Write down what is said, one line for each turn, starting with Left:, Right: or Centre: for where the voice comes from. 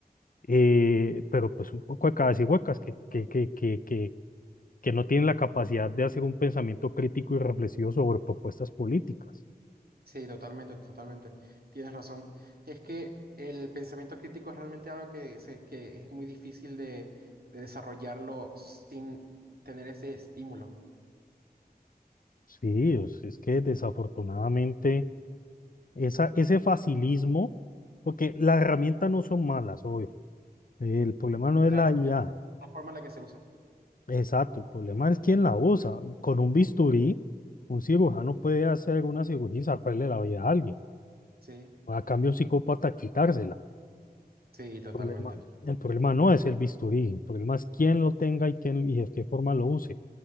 Left: eh, pero pues un poco de cabezas huecas que, que, que, que, que, que no tienen la capacidad de hacer un pensamiento crítico y reflexivo sobre propuestas políticas.
Right: Sí, totalmente, totalmente. Tienes razón. Es que el pensamiento crítico es realmente algo que, se- que es muy difícil de, de desarrollarlo sin tener ese estímulo.
Left: Sí, o sea, es que desafortunadamente esa, ese facilismo, porque las herramientas no son malas, obvio El problema no es
Right: Claro,
Left: la IA.
Right: es la forma en la que se usa.
Left: Exacto, el problema es quién la usa. Con un bisturí, un cirujano puede hacer una cirugía y salvarle la vida a alguien.
Right: Sí,
Left: A cambio, un psicópata quitársela.
Right: sí, totalmente,
Left: problema,
Right: totalmente.
Left: el problema no es el bisturí, el problema es quién lo tenga y quién y de qué forma lo use.